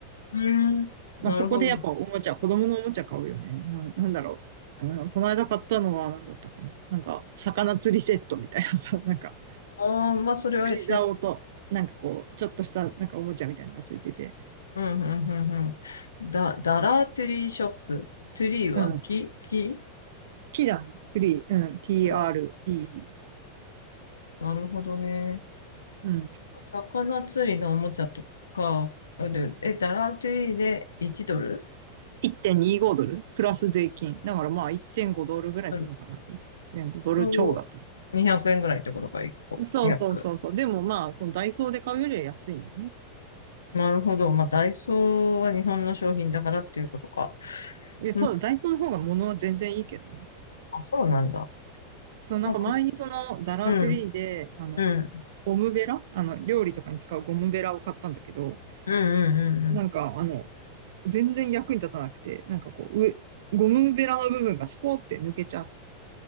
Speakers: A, on the left (about 70°); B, on the right (about 55°).
A: うん。なるほど。
B: まあ、そこでやっぱおもちゃ、子供のおもちゃ買うよね。な、なんだろう。うん、この間買ったのは何だったかな。なんか、魚釣りセットみたいなさ、なんか、
A: ああ、まあ、それはひゃく、
B: 釣り竿と、
A: へ
B: なんかこう、ちょっとした、なんかおもちゃみたいなのがついてて。
A: <laughs> うん、うん、うん、うん。だ、ダラートゥリーショップ。トゥリーは木、
B: うん。
A: 木、
B: 木だね。トリー。うん。TRE。
A: うん、なるほどね。
B: うん。
A: 魚釣りのおもちゃとか、あれえ、ダラートゥリーで1ドル
B: 1.25ドルプラス税金。だからまあ1.5ドルぐらいするのかな。
A: ドル
B: 1.5ドル超だと。
A: と200円ぐらいってことか、1個。
B: そうそうそうそう。
A: 約。
B: でもまあ、そのダイソーで買うよりは安いんだよね。
A: なるほど。まあ、ダイソーは日本の商品だからっていうことか。
B: いや、
A: うん、
B: ただダイソーの方が物は全然いいけどね。
A: あ、そうなんだ。
B: そのなんか前にそのダラートゥリーで、
A: まあ、こ、うん、
B: あの、
A: うん、うん、
B: ゴムベラあの、料理とかに使うゴムベラを買ったんだけど、
A: うん、うん。うん
B: なんかあの、全然役に立たなくて、なんかこう、上、ゴムベラの部分がスポーって抜けちゃ